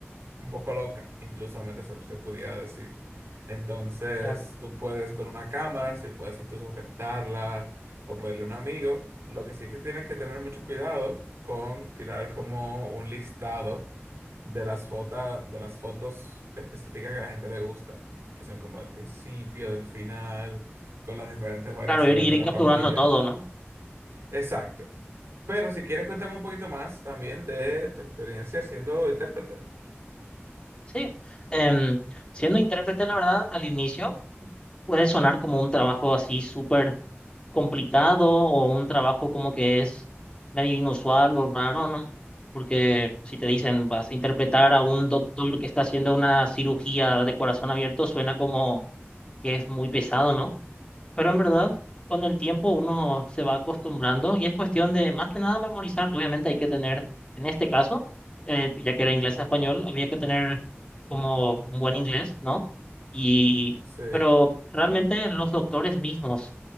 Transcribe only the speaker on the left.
Claro,
claro, ir, ir
capturando
todo, ¿no?
Sí. Em, siendo intérprete, la verdad, al inicio puede sonar como un trabajo así súper complicado o un trabajo como que es medio inusual o raro, ¿no? Porque si te dicen vas a interpretar a un doctor que está haciendo una cirugía de corazón abierto, suena como que es muy pesado, ¿no? Pero en verdad, con el tiempo uno se va acostumbrando y es cuestión de más que nada memorizar. Obviamente hay que tener, en este caso, eh, ya que era inglés a español, había que tener como un buen inglés, ¿no? Y,
pero realmente los doctores mismos